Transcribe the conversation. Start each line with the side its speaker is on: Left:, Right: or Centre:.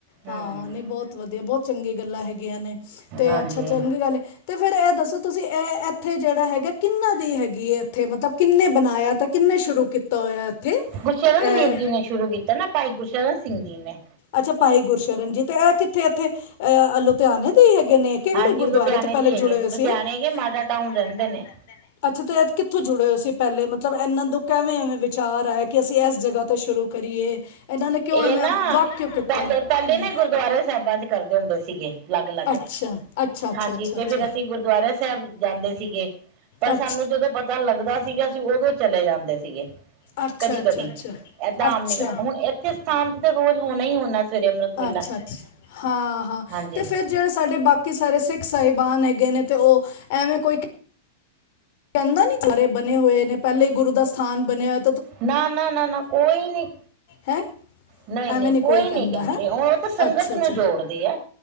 Right: ਹੂੰ
Left: ਹਾਂ-ਹਾਂ ਨਹੀਂ ਬਹੁਤ ਵਧੀਆ, ਬਹੁਤ ਚੰਗੀ ਗੱਲਾਂ ਹੈਗੀਆਂ ਨੇ। ਤੇ
Right: ਹਾਂਜੀ
Left: ਅੱਛਾ ਚੰਗੀ ਗੱਲ ਏ ਤੇ ਫਿਰ ਐਹ ਦੱਸੋ ਤੁਸੀਂ ਐਹ ਇੱਥੇ ਜਿਹੜਾ ਹੈਗਾ ਕਿੰਨਾ ਦੀ ਹੈਗੀ ਏ ਇੱਥੇ, ਮਤਲਬ ਕਿੰਨੇ ਬਨਾਇਆ ਤੇ ਕਿੰਨੇ ਸ਼ੁਰੂ ਕਿਤ ਤੋ ਹੋਇਆ ਐਥੇ।
Right: ਗੁਰਸ਼ਰਨ
Left: ਐ
Right: ਵੀਰ ਜੀ ਨੇ ਸ਼ੁਰੂ ਕੀਤਾ ਨਾ ਭਾਈ ਗੁਰਸ਼ਰਨ ਸਿੰਘ ਜੀ ਨੇ।
Left: ਅੱਛਾ, ਭਾਈ ਗੁਰਸ਼ਰਨ ਜੀ ਤੇ ਇਹ ਕਿੱਥੇ ਇੱਥੇ ਐਹ ਆ ਲੁਧਿਆਣੇ ਦੇ ਹੈਗੇ ਨੇ, ਕਿਹੜੇ
Right: ਹਾਂਜੀ
Left: ਗੁਰਦੁਆਰੇ
Right: ਲੁਧਿਆਣੇ
Left: ਤੋਂ ਪਹਿਲੇ
Right: ਦੀ ਹੈਗੇ
Left: ਜੁੜੇ ਹੋਏ ਸੀ ਇਹ। ਲੁਧਿਆਣੇ
Right: ਹੈਗੇ ਮਾਡਾ
Left: ਦੇ ਮਾਡਲ
Right: ਰਹਿੰਦੇ
Left: ਟਾਊਨ
Right: ਨੇ
Left: ਰਹਿੰਦੇ। ਅੱਛਾ, ਤਾਂ ਐਹ ਕਿੱਥੋਂ ਜੁੜੇ ਹੋਏ ਸੀ ਪਹਿਲੇ ਮਤਲਬ, ਇਹਨਾਂ ਨੂੰ ਕਿਵੇਂ ਐਵੇਂ ਵਿਚਾਰ ਆਇਆ, ਕਿ ਅਸੀਂ ਐਸ ਜਗ੍ਹਾ ਤੋਂ ਸ਼ੁਰੂ ਕਰੀਏ। ਇਹਨਾਂ ਨੇ ਕਿਉਂ
Right: ਇਹ
Left: ਐਵੇਂ
Right: ਨਾ
Left: ਵੱਖ ਕਿਉਂ ਕੀਤਾ
Right: ਪਹਿਲੇ-ਪਹਿਲੇ
Left: ਹਮ
Right: ਨਾ ਗੁਰਦੁਆਰੇ ਸਾਹਿਬਾਂ 'ਚ ਕਰਦੇ ਹੁੰਦੇ ਸੀਗੇ। ਅਲੱਗ-ਅਲੱਗ
Left: ਅੱਛਾ ਅੱਛਾ ਅੱਛਾ
Right: ਹਾਂਜੀ
Left: ਅੱਛਾ
Right: ਤੇ
Left: ਅੱਛਾ
Right: ਫਿਰ ਅਸੀਂ ਗੁਰਦੁਆਰਾ ਸਾਹਿਬ ਜਾਂਦੇ ਸੀਗੇ। ਪਰ
Left: ਅੱਛਾ
Right: ਸਾਨੂੰ ਜਦੋਂ ਪਤਾ ਤਾਂ ਲੱਗਦਾ ਸੀਗਾ, ਅਸੀਂ ਉਦੋਂ ਚਲੇ ਜਾਂਦੇ ਸੀਗੇ।
Left: ਅੱਛਾ
Right: ਕਦੀ-ਕਦੀ
Left: ਅੱਛਾ
Right: ਏਦਾਂ
Left: ਅੱਛਾ
Right: ਆਮ ਨੀ ਪਤਾ
Left: ਅੱਛਾ
Right: ਹੁਣ ਇਸ ਸਥਾਨ ਤੇ ਰੋਜ਼ ਹੋਨਾ ਈ ਹੋਨਾ ਸਵੇਰੇ ਅੰਮ੍ਰਿਤ ਵੇਲਾ,
Left: ਅੱਛਾ ਅੱਛਾ ਹਾਂ ਹਾਂ
Right: ਹਾਂਜੀ।
Left: ਤੇ ਫਿਰ ਜਿਹੜੇ ਸਾਡੇ ਬਾਕੀ ਸਾਰੇ ਸਿੱਖ ਸਾਹਿਬਾਨ ਹੈਗੇ ਨੇ ਤੇ ਉਹ ਐਵੇਂ ਕੋਈ ਕਹਿੰਦਾ ਨੀ ਸਾਰੇ ਬਨੇ ਹੋਏ ਨੇ, ਪਹਿਲੇ ਈ ਗੁਰੂ ਦਾ ਸਥਾਨ ਬਨਿਆ
Right: ਨਾ-ਨਾ, ਨਾ-ਨਾ ਕੋਈ ਨੀ
Left: ਹੈ
Right: ਨਹੀਂ-ਨਹੀਂ
Left: ਐਵੇਂ ਨਹੀਂ
Right: ਕੋਈ
Left: ਕਹਿੰਦਾ
Right: ਨੀ ਕਹਿੰਦੇ,
Left: ਹੈ
Right: ਉਹ ਤੇ ਸੰਗਤ
Left: ਅੱਛਾ ਅੱਛਾ
Right: ਨੂੰ ਜੋੜਦੇ ਆ,